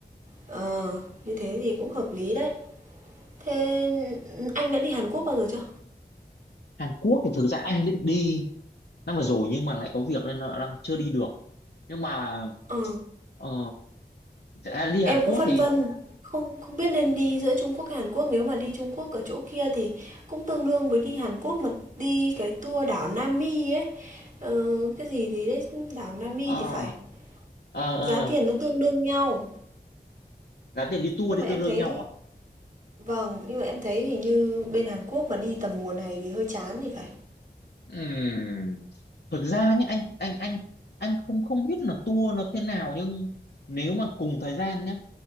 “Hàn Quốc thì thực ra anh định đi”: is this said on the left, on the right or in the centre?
Left